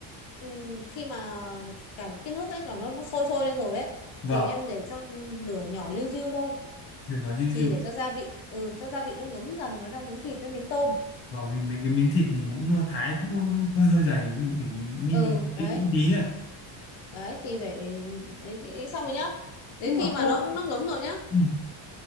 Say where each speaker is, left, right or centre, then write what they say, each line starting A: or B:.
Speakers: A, on the left (about 70°); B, on the left (about 30°).
A: ừ, khi mà cả cái nước ấy cả nó nó sôi sôi lên rồi ấy
B: vâng,
A: thì em để cho lửa nhỏ liu riu thôi
B: nhỏ nhỏ diu
A: thì
B: diu.
A: để cho gia vị ừ cho gia vị nó ngấm dần vào trong miếng thịt với miếng tôm
B: Vâng, vì mình cái miếng thịt mình cũng ờ, thái cũng hơi hơi dày, mình phải ninh
A: ừ
B: cho
A: đấy
B: kỹ kỹ tí này.
A: đấy thì phải đấy nghĩ- nghĩ xong rồi nhá đến
B: Nhưng mà
A: khi mà
B: tô
A: nó nó ngấm rồi nhá
B: ừ.